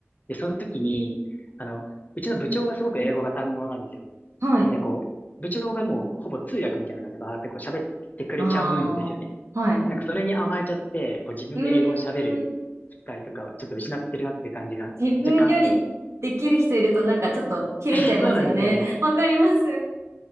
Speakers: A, on the left; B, on the right.
A: で、その時に、あの、うちの部長がすごく英語が堪能なんですよ。
B: はい。
A: なんでこう、部長がもう、ほぼ通訳みたいな感じでバーってこう喋ってくれちゃうんですよね。
B: ああ。はい。
A: なんかそれに甘えちゃって、こう自分で英語を喋る機会とかをちょっと失ってるなっていう感じが若干あって。
B: うーん。自分よりできる人いるとなんかちょっとひるんじゃいますよね。
A: <laughs> そうなんですよね。
B: <laughs> わかります。